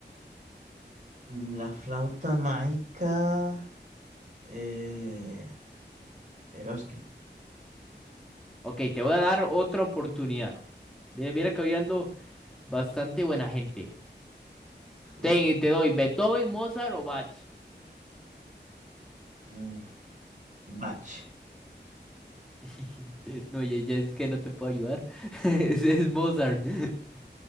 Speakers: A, on the right; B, in the centre.
A: Mm, La flauta mágica. Eh, Cherovsky.
B: Ok, te voy a dar otra oportunidad. Mira, mira que hoy ando bastante buena gente. Te,
A: Uf.
B: te doy Beethoven, Mozart o Bach.
A: Mm, Bach.
B: <laughs> No, ya, ya es que no te puedo ayudar. <laughs> Es, es Mozart. <laughs>